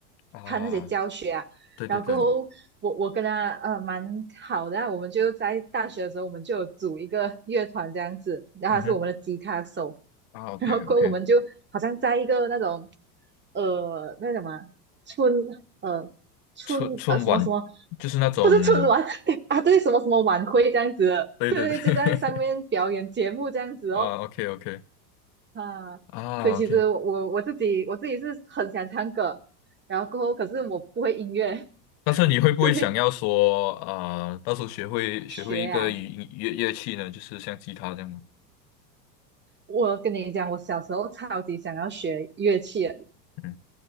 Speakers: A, on the left; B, on the right.
A: 啊！
B: 看那些教学啊。
A: 对对对，
B: 然后过后，我我跟他呃蛮好的啊我们就在大学的时候，我们就有组一个乐团这样子，然后他是我们的吉他手，
A: 嗯哼，啊，OK
B: 然后过后我们就好像在一个那种
A: OK，
B: 呃那个什么啊村呃春呃什么什么，
A: 春春晚就是那种，
B: 不是春晚 <laughs> 啊，对，什么什么晚会这样子的对对，
A: 对对对。<laughs>
B: 就在上面表演节目这样子哦，
A: 啊，OK OK
B: 啊，
A: 啊，OK，
B: 所以其实我我自己我自己是很想唱歌，然后可是我不会音乐，
A: 但是你会不会想要说啊，
B: <laughs> 对，
A: 到时候学会学会一个语乐乐器呢？
B: 学啊，
A: 就是像吉他这样吗
B: 我跟你讲，我小时候超级想要学乐器的
A: 嗯